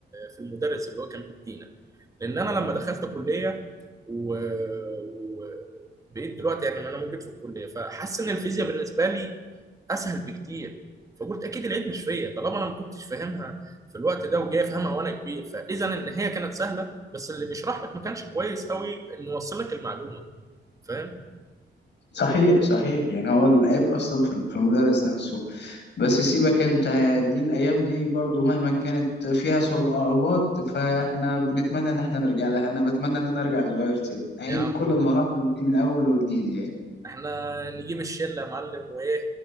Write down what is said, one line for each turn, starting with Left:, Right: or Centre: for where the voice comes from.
Right: في المدرس اللي هو كان بيدينا لان انا لما دخلت كليه و... و... بقيت دلوقتي يعني انا موجود في الكليه فحاسس ان الفيزياء بالنسبه لي اسهل بكتير فقلت اكيد العيب مش فيا طالما انا ما كنتش فاهمها في الوقت ده وجاي افهمها وانا كبير فاذا ان هي كانت سهله بس اللي بيشرح لك ما كانش كويس قوي انه يوصل لك المعلومه فاهم
Left: صحيح صحيح يعني هو العيب أصلا في في المدرس نفسه بس سيبك انت دي الايام دي برضو مهما كانت فيها صعوبات فاحنا بنتمنى ان احنا نرجع لها انا بتمنى ان انا ارجع صغير تاني اعيد
Right: يا عم
Left: كل المراحل دي من اول وجديد يعني
Right: احنا نجيب الشله يا معلم وايه